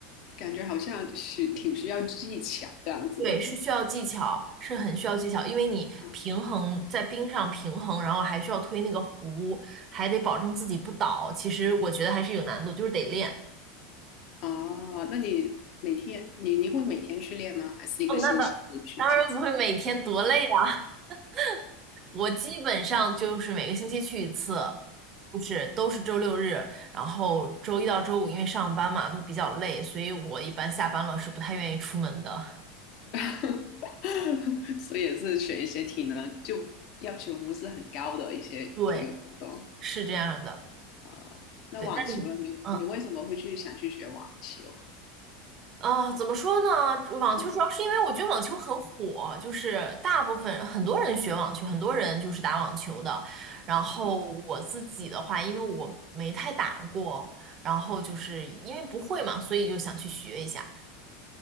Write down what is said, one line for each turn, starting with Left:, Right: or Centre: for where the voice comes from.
Left: 感觉好像是挺需要技巧这样子。
Right: 对，
Left: <laughs>
Right: 是需要技巧，是很需要技巧，因为你平衡在冰上平衡，
Left: 嗯
Right: 然后还需要推那个壶，还得保证自己不倒。其实我觉得还是有难度，就是得练。
Left: 哦，那你每天你你会每天去练吗？还是一个星期只去几次？
Right: 哦，那当 <laughs> 当然不会每天多累啊，<laughs> 我基本上就是每个星期去一次，就是都是周六日，然后周一到周五因为上班嘛都比较累，所以我一般下班了是不太愿意出门的。
Left: <laughs> 所以也是选一些体能就要求不是很高的一些体育活动
Right: <laughs> 对，是这样的。
Left: 啊、呃那网球呢你你为什么会去想去学网球？
Right: 对，那你？嗯。啊，怎么说呢？网球主要是因为我觉得网球很火，
Left: 嗯
Right: 就是大部分很多人学网球，很多人就是打网球的。然后我自己的话，
Left: 嗯。
Right: 因为我没太打过，然后就是因为不会嘛，所以就想去学一下。